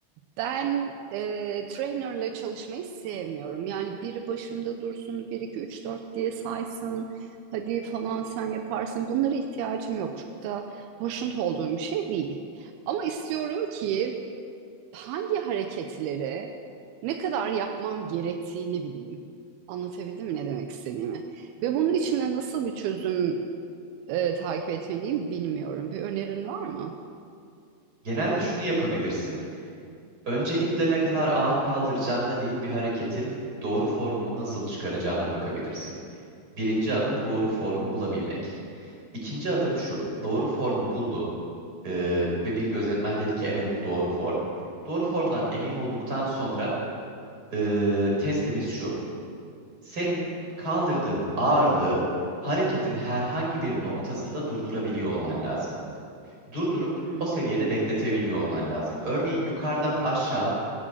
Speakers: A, on the right; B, on the right.
A: Ben e, trainerla çalışmayı sevmiyorum. Yani biri başımda dursun, bir 2 3 4 diye saysın, hadi falan sen yaparsın. Bunlara ihtiyacım yok. Çok da hoşnut olduğum bir şey değil. Ama istiyorum ki hangi hareketleri ne kadar yapmam gerektiğini bileyim. Anlatabildim mi ne demek istediğimi? Ve bunun içinde nasıl bir çözüm e, takip etmeliyim bilmiyorum. Bir önerin var mı?
B: Genelde şunu yapabilirsin. Öncelikle ne kadar ağır kaldıracağına değil, bir hareketin doğru formunu nasıl çıkaracağına bakabilirsin. Birinci adım doğru formu bulabilmek. İkinci adım şu, doğru formu buldun eee, ve bir gözetmen dedi ki evet bu doğru form. Doğru formdan emin olduktan sonra eee, testimiz şu. Senin kaldırdığın ağırlığı hareketin herhangi bir noktasında durdurabiliyor olman lazım. Durdurup
A: Hmm.
B: o seviyede bekletebiliyor olman lazım. Örneğin yukarıdan aşağı